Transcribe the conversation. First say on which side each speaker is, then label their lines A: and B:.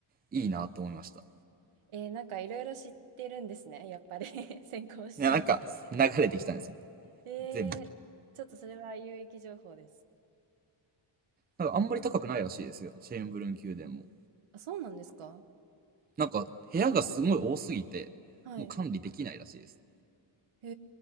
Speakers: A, on the right; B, on the right.
A: いいなと思いました。
B: えー、なんかいろいろ知ってるんですね。やっぱり <laughs> 先行してる。
A: いや、なんか、流れてきたんですよね。
B: え
A: 全部。
B: ー、ちょっとそれは有益情報です。
A: なんか、あんまり高くないらしいですよ。シェーンブルン宮殿も。
B: あ、そうなんですか
A: なんか、部屋がすごい多すぎて、
B: はい。
A: もう管理できないらしいです。
B: へ